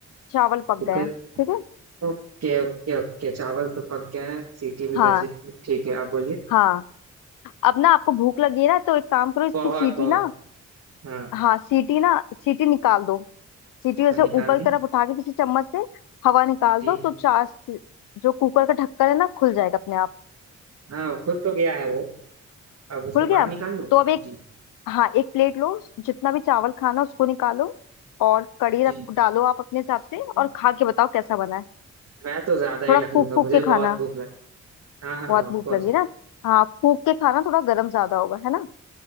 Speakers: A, on the left (about 85°); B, on the right (about 55°).
A: चावल पक
B: कुकर
A: गए हैं ठीक है
B: ओके ओके ओके चावल तो पक गए हैं सीटी भी
A: हाँ
B: बज रही थी ठीक है आप बोलिए
A: हाँ अब ना आपको भूख लगी है ना तो एक काम करो इसकी
B: बहुत
A: सीटी
B: बहुत
A: ना
B: हाँ
A: हाँ सीटी ना सीटी निकाल दो सीटी वैसे
B: हम निकाल
A: ऊपर की
B: दी
A: तरफ उठा के किसी चम्मच से हवा निकाल
B: जी
A: दो तो चार जो कुकर का ढक्कन है ना खुल जाएगा अपने आप
B: हाँ खुल तो गया है वो अब उसको
A: खुल गया
B: बाहर निकाल लूं
A: तो अब
B: जी
A: हाँ एक प्लेट लो जितना भी चावल खाना उसको निकालो और कड़ी
B: जी
A: रख डालो आप अपने हिसाब से और खा के बताओ कैसा बना है
B: मैं तो ज्यादा ही
A: थोड़ा
B: डालूंगा
A: फूक फूक
B: मुझे
A: के खाना
B: बहुत भूख लगा हाँ हाँ
A: बहुत
B: ऑफ
A: भूख
B: कोर्स
A: लगी ना हाँ फूक के खाना थोड़ा गर्म ज्यादा होगा है ना